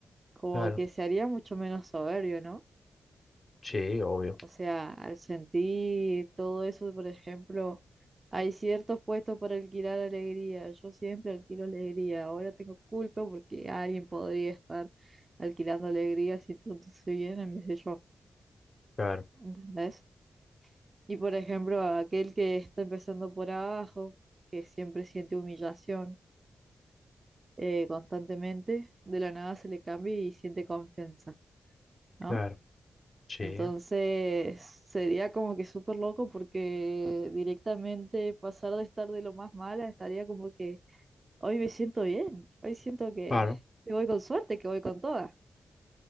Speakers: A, on the right (about 35°); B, on the left (about 40°).
A: Como
B: Claro,
A: que se haría mucho menos soberbio, ¿no?
B: sí, obvio.
A: O sea, al sentir todo eso, por ejemplo, hay ciertos puestos para alquilar alegría. Yo siempre alquilo alegría. Ahora tengo culpa porque alguien podría estar alquilando alegría si tú no bien en vez de yo.
B: Claro,
A: ¿Entendés? Y por ejemplo, a aquel que está empezando por abajo, que siempre siente humillación eh, constantemente, de la nada se le cambia y siente confianza, ¿no?
B: claro, sí,
A: Entonces sería como que súper loco porque directamente pasar de estar de lo más mala estaría como que hoy me siento bien, hoy siento que,
B: claro,
A: que voy con suerte, que voy con toda.